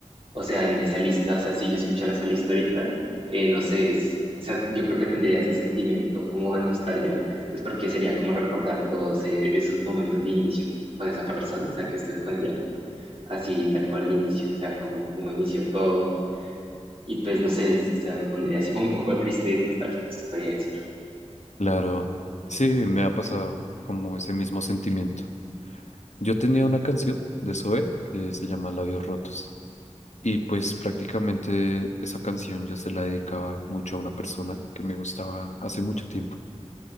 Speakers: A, on the right; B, on the left.
A: o sea, en esa lista, o sea, si yo escuchara esa lista ahorita, eh, no sé, es- o sea, yo creo que tendría ese sentimiento como de nostalgia, pues porque sería como recordar todos eh, esos momentos de inicio con esa persona, o sea, que estuve con ella, así tal cual el inicio, o sea, como, como inició todo. Y pues no sé, o sea, me pondría así como un poco triste, nostálgico, se podría decir.
B: Claro, sí, me ha pasado como ese mismo sentimiento. Yo tenía una canción de Zoe que se llama Labios Rotos y pues prácticamente esa canción yo se la dedicaba mucho a una persona que me gustaba hace mucho tiempo